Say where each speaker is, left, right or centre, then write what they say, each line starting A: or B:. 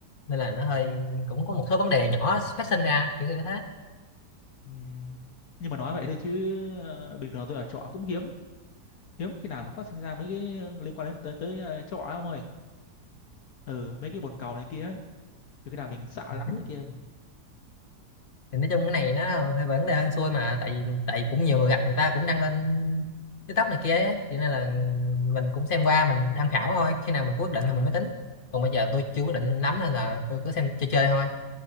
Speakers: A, on the left (about 40°); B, on the left (about 65°).
A: nên là nó hơi cũng có một số vấn đề nhỏ phát sinh ra kiểu như thế
B: ừ. nhưng mà nói vậy thôi chứ ờ, bình thường tôi ở trọ cũng hiếm hiếm khi nào mà phát sinh ra mấy cái liên quan đến tới tới ờ, trọ ấy ông ơi ừ mấy cái bồn cầu này kia ấy thì khi nào mình sợ lắm
A: Ừ.
B: này kia
A: thì nói chung cái này nó hơi vấn đề hên xui mà tại vì tại vì cũng nhiều người gặp người ta cũng đăng lên TikTok này kia ấy. cho nên là mình cũng xem qua mình tham khảo thôi khi nào mình quyết định thì mình mới tính còn bây giờ tôi chưa quyết định lắm nên là tôi cứ xem chơi chơi thôi